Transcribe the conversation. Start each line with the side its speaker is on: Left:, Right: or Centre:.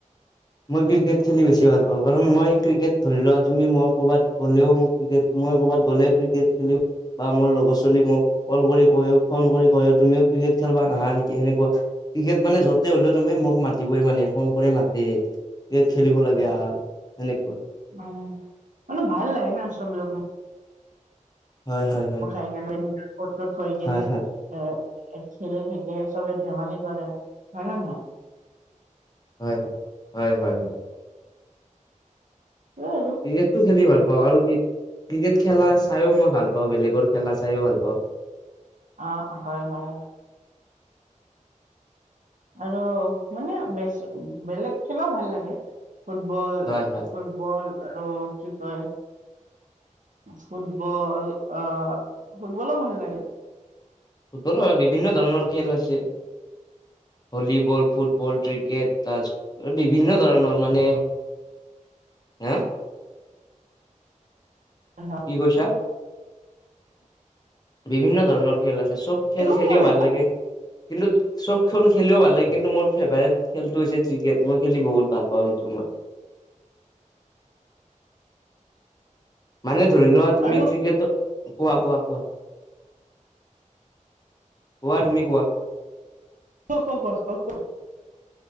Left: মই ক্ৰিকেট খেলি বেছি ভাল পাওঁ, কাৰণ মই ক্ৰিকেট ধৰিলোৱা, তুমি মই ক'ৰবাত গ'লেও মোক ক্ৰিকেট, মই ক'ৰবাত গ'লে ক্ৰিকেট খেলো। বা মোৰ লগৰ ছোলী মোক কল কৰি কয়, ফোন কৰি কয়, তুমিও ক্ৰিকেট খেলবা নাহা নেকি সেনে কয়। ক্ৰিকেট মানে য'তে হ'লেও তুমি মোক মাতিবই মানে, ফোন কৰি মাতেই। কেট খেলিব লাগে আহা, সেনেকুৱা।
Right: অ', অলপ ভাল লাগে না চব লোক
Left: হয়, হয়।
Right: চাই গেলে নি ফনটো থৈ কিনে
Left: হয় হয়
Right: এ, একচাইদে থাকে, চবে ধেমালি কৰে, হয় নে নহয়?
Left: হয়। হয়, হয়, হয়।
Right: এ, আৰু।
Left: ক্ৰিকেটটো খেলি ভাল পাওঁ আৰু ক্ৰি-ক্ৰিকেট খেলা চায়ো মই ভাল পাওঁ, বেলেগৰ খেলা চায়ো ভাল পাওঁ।
Right: অ', হয়, হয়। আৰু মানে বেচ-বেলেগ খেলও ভাল লাগে। ফুটবল
Left: হয় হয়
Right: ফুট বল আৰু কি কয়! ফুটবল অ', ফুটবলো ভাল লাগে।
Left: ফুটবলো হয়, বিভিন্ন ধৰণৰ খেল আছে। ভলীবল, ফুটবল, ক্ৰিকেট, তাচ বিভিন্ন ধৰণৰ মানে। হা।
Right: আহা।
Left: কি কৈছা? বিভিন্ন ধৰণৰ খেল আছে চব খেল
Right: একো
Left: খেলিও
Right: কোৱা নাই
Left: ভাল লাগে, কিন্তু। চব খল খেলিও ভাল লাগে। কিন্তু মোৰ ফেভাৰেট খেলটো হৈছে ত্ৰিকেট। মই খেলি বহুত ভাল পাওঁ সেইটো মই। মানে ধৰি লোৱা তুমি
Right: আৰু
Left: ত্ৰিকেটত কোৱা, কোৱা, কোৱা, কোৱা তুমি কোৱা?
Right: ক, ক, ক, ক, ক।